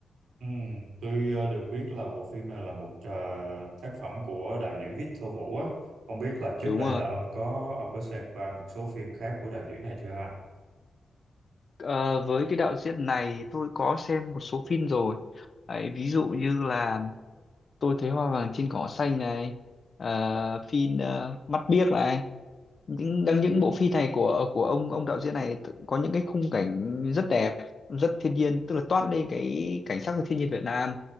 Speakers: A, on the right; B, on the left.
A: Ừ, tôi ờ, được biết là bộ phim này là một ờ, tác phẩm của đạo diễn Victor Vũ á. Không biết là trước
B: đúng
A: đây
B: rồi
A: là ông có ông có xem qua một số phim khác của đạo diễn này chưa ha?
B: Ờ, với cái đạo diễn này thì tôi có xem một số phim rồi Đấy, ví dụ như là tôi thấy hoa vàng trên cỏ xanh này ờ, phim ờ, mắt biếc này những đang những bộ phim này của của ông ông đạo diễn này th- có những cái khung cảnh rất đẹp rất thiên nhiên tức là toát lên cái cảnh sắc của thiên nhiên Việt Nam